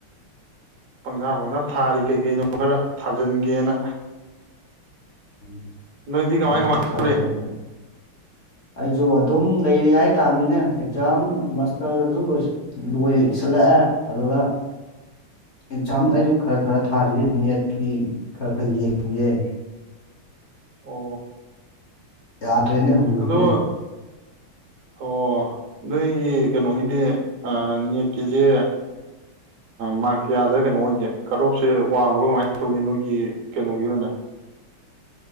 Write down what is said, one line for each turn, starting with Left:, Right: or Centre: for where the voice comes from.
Right: ꯄꯪꯖꯥ ꯄꯪꯁꯥ ꯊꯥꯔꯤ ꯀꯩ ꯀꯩꯅꯣ ꯈꯔ ꯊꯥꯖꯤꯟꯒꯦꯅ
Left: ꯎꯝ
Right: ꯅꯣꯏꯗꯤ ꯀꯃꯥꯏ
Left: ꯑꯩꯁꯨ
Right: ꯀꯃꯥꯏ ꯇꯧꯔꯤ
Left: ꯈꯔ ꯈꯔ ꯑꯩꯁꯨ ꯑꯗꯨꯝ ꯂꯩꯔꯤ ꯍꯥꯏꯇꯥꯥꯃꯤꯅꯦ ꯑꯦꯛꯖꯥꯝ ꯃꯥꯁꯇꯔꯁꯨ ꯂꯣꯏ ꯂꯣꯏꯁꯤꯜꯂꯛꯑꯦ ꯑꯗꯨꯗ ꯑꯦꯛꯖꯥꯝ ꯑꯩꯁꯨ ꯈꯔ ꯈꯔ ꯊꯥꯗꯌꯦ ꯅꯦꯠꯀꯤ ꯈꯔ ꯈꯔ ꯌꯦꯡꯏꯌꯦ
Right: ꯑꯣ
Left: ꯌꯥꯗ꯭ꯔꯦꯅꯦ ꯍꯧꯖꯤꯛꯇꯤ
Right: ꯑꯗꯣ ꯑꯣ ꯅꯣꯏꯒꯤ ꯀꯩꯅꯣꯒꯤꯗꯤ ꯅꯦꯠꯀꯤꯁꯦ ꯃꯥꯔꯀꯤꯌꯥꯗ ꯀꯩꯅꯣ ꯑꯣꯏꯒꯦ ꯀꯠ ꯑꯣꯞꯁꯦ ꯋꯥꯡꯕ꯭ꯔꯥ ꯀꯃꯥꯏꯅ ꯇꯧꯒꯦ ꯅꯣꯏꯒꯤ ꯀꯩꯅꯣꯒꯤ ꯑꯣꯏꯅ